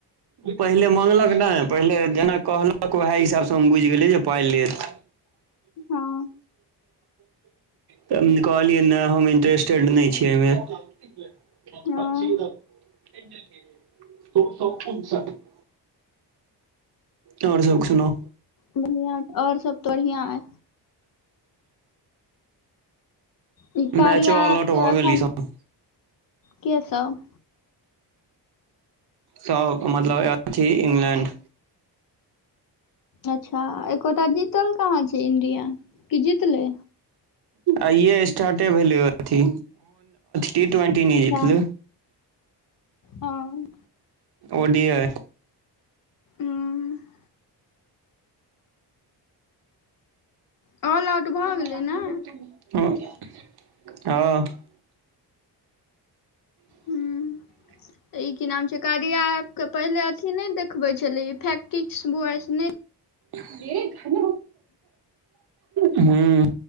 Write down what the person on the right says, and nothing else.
पहिले माँगलक नहि पहिले जेना कहलक उएह हिसाबसँ हम बुझि गेलिये जे पाइ लेत <inaudible>
तऽ हम कहलियै ने हम इंटरेस्टेड नहि छियै एहिमे <unintelligible>
और सब सुनाउ
मैचो ऑल
आउट
भऽ
गेल ई सब
सब मतलब <unintelligible> इंग्लैंड
आइ स्टार्टे भेल अथी टी ट्वेंटी जतले
ओडी यै
ह
हँ <unintelligible> <inaudible>
अ्म हं